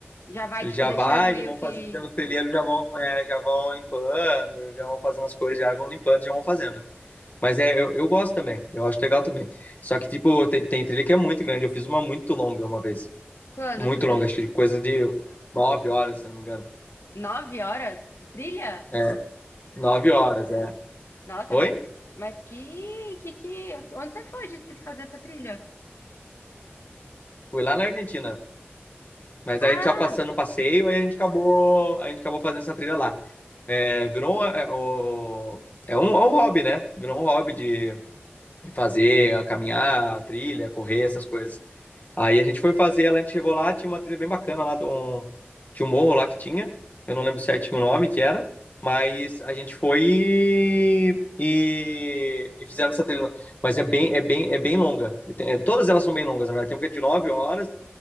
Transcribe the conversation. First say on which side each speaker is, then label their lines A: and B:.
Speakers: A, on the left; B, on the left.
A: já vai,
B: Eles
A: tipo,
B: já
A: deixando
B: vai,
A: meio
B: já vão
A: que.
B: fazendo os trilheiros, já vão, é, já vão limpando, já vão fazendo as coisas, já vão limpando, já vão fazendo. Mas é, eu, eu gosto também, eu acho legal também. Só que, tipo, tem, tem trilha que é muito grande. Eu fiz uma muito longa uma vez.
A: Quando
B: Muito
A: você fez?
B: longa, acho que coisa de nove horas, se não me engano.
A: Nove horas de trilha?
B: É, nove horas, é.
A: Nossa,
B: Oi?
A: mas, mas que, que, que, onde você foi de t- fazer essa trilha?
B: Fui lá na Argentina. Mas
A: Ah,
B: aí a gente já passando o passeio, aí a gente acabou, a gente acabou fazendo essa trilha lá. É, virou um, é, o- é um, é um hobby, né? Virou um hobby de fazer, caminhar, trilha, correr, essas coisas. Aí a gente foi fazer, ela, a gente chegou lá, tinha uma trilha bem bacana lá, de um, tinha um morro lá que tinha, eu não lembro certinho o nome que era, mas a gente foi e, e, e fizemos essa trilha. lá. Mas é bem, é bem, é bem longa. Tem- todas elas são bem longas, na verdade. Tem uma que é de 9 horas,